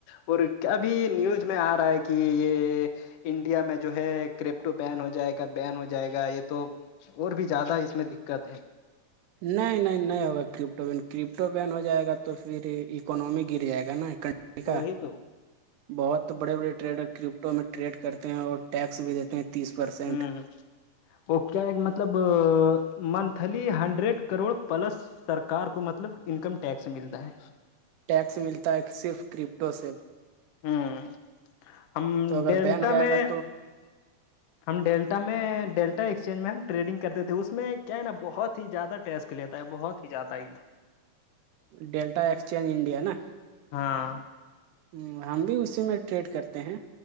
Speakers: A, on the left; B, on the right.
A: اور کیابھی نیوز میں آ رہا ہے کہ یہ انڈیا میں جو ہے کرپٹو بین ہو جائے گا بین ہو جائے گا یہ تو اور بھی زیادہ اس میں دقت ہے
B: نہیں نہیں نہیں ہوگا کرپٹو بین کرپٹو بین ہو جائے گا تو پھر اکنمی گر جائے گا نا کنٹری کا
A: وہی تو
B: بہت بڑے بڑے ٹریڈر کرپٹو میں ٹریڈ کرتے ہیں اور ٹیکس بھی دیتے ہیں تیس پرسینٹ
A: ہوں ہ ا کیا ہے مطلب منتھلی ہنڈریڈ کروڑ پلس سرکار کو مطلب انکم ٹیکس ملتا ہے
B: ٹیکس ملتا ہے صرف کرپٹو سے
A: ہوں ہم
B: تو اگر
A: ڈیلٹا
B: بین ہو جائے
A: میں
B: گا تو
A: ہم ڈیلٹا میں ڈیلٹا ایکسچینج میں ہم ٹریڈنگ کرتے تھے اس میں کیا ہے نا بہت ہی زیادہ ٹیسٹ لیتا ہے بہت ہی زیادہ ایک دم
B: ڈیلٹا ایکسچینج انڈیا نا
A: ہاں
B: ہ ہم بھی اسی میں ٹریڈ کرتے ہیں